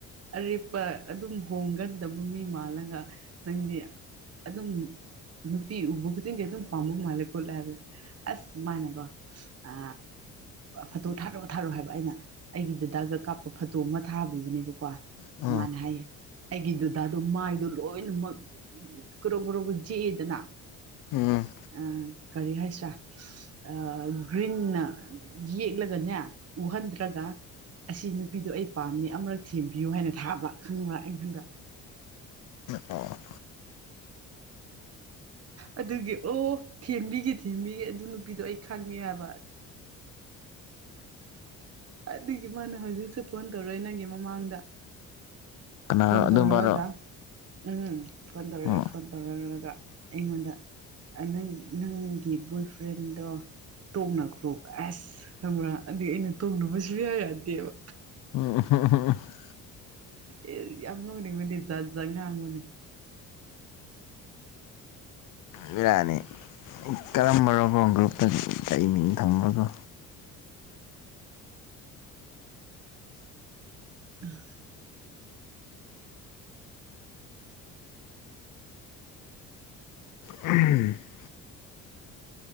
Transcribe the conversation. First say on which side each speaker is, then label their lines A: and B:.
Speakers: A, on the right; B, on the left.
A: ꯑꯔꯦꯞꯄ ꯑꯗꯨꯝ ꯍꯣꯡꯒꯟꯗꯕ ꯃꯤ ꯃꯥꯜꯂꯒ ꯅꯪꯗꯤ ꯑꯗꯨꯝ ꯅꯨꯄꯤ ꯎꯕ ꯈꯨꯗꯤꯡꯒꯤ ꯑꯗꯨꯝ ꯄꯥꯝꯃꯛ ꯑꯗꯨ ꯃꯥꯟꯂꯦ ꯀꯣꯠꯂꯦꯕ ꯑꯁ ꯃꯥꯅꯦꯀꯣ ꯑ ꯐꯣꯇꯣ ꯊꯥꯔꯛꯑꯣ ꯊꯥꯔꯣ ꯍꯥꯏꯕ ꯑꯩꯅ ꯑꯩꯒꯤ ꯗꯗꯥꯒ ꯀꯥꯞꯄ ꯐꯣꯇꯣ ꯑꯃ ꯊꯥꯕꯤꯕꯅꯦꯕꯀꯣ
B: ꯎꯝ
A: ꯃꯥꯅ ꯍꯥꯏꯌꯦ ꯑꯩꯒꯤ ꯗꯨꯗꯥꯗꯣ ꯃꯥꯏꯗꯣ ꯂꯣꯏꯅꯃꯛ ꯀꯔꯣ ꯀꯨ ꯖꯤꯛꯑꯦꯗꯅ
B: ꯎꯝ
A: ꯑ ꯀꯔꯤ ꯍꯥꯏꯁꯤ꯭ꯔꯥ ꯑ ꯒ꯭ꯔꯤꯟꯅ ꯌꯦꯛꯂꯒꯅꯦ ꯎꯍꯟꯗ꯭ꯔꯒ ꯑꯁꯤ ꯅꯨꯄꯤꯗꯣ ꯑꯩ ꯄꯥꯝꯃꯤ ꯑꯃꯨꯔꯛ ꯊꯦꯝꯕꯤꯌꯨ ꯍꯥꯏꯅ ꯊꯥꯕ ꯈꯪꯕ꯭ꯔꯥ ꯑꯩꯉꯣꯟꯗ
B: ꯑ
A: ꯑꯗꯨꯒꯤ ꯑꯣ ꯊꯦꯝꯕꯤꯒꯦ ꯊꯦꯝꯕꯤꯒꯦ ꯑꯗꯨ ꯅꯨꯄꯤꯗꯣ ꯑꯩ ꯈꯪꯉꯦ ꯍꯥꯏꯕ ꯑꯗꯨꯒꯤ ꯃꯥꯅ ꯍꯧꯖꯤꯛꯁꯨ ꯐꯣꯟ ꯇꯧꯔꯣꯏ ꯅꯪꯒꯤ ꯃꯃꯥꯡꯗ
B: ꯀꯅꯥꯔꯣ
A: ꯐꯣꯟ
B: ꯑꯗꯨꯝꯕꯔꯣ
A: ꯇꯧꯔꯛꯑꯒ ꯎꯝ ꯐꯣꯟ ꯇꯧꯔꯛꯑꯦ
B: ꯎꯝ
A: ꯐꯣꯟ ꯇꯧꯔꯛꯂꯒ ꯑꯩꯉꯣꯟꯗ ꯅꯪ ꯅꯪꯒꯤ ꯕꯣꯏ ꯐ꯭ꯔꯦꯟꯗꯣ ꯇꯣꯡꯅꯈ꯭ꯔꯣ ꯑꯁ ꯈꯪꯕ꯭ꯔꯥ ꯑꯩ ꯑꯩꯅ ꯇꯣꯡꯨꯕꯁꯨ ꯌꯥ ꯌꯥꯗꯦꯕ
B: ꯎꯝ ꯍꯣ ꯍꯣ <unintelligible>
A: ꯑꯦ ꯌꯥꯝ ꯅꯨꯡꯅꯤꯛꯕꯅꯦ ꯖꯥꯠ ꯖꯥꯠ ꯉꯥꯛꯕꯅꯦ
B: ꯕꯤꯔꯥꯅꯤ ꯀꯔꯝꯕꯔꯒꯣ ꯒ꯭ꯔꯨꯞꯇ ꯑꯩ ꯃꯤꯡ ꯊꯝꯃꯒꯣ
A: ꯑ <unintelligible>
B: ꯎꯝ <unintelligible>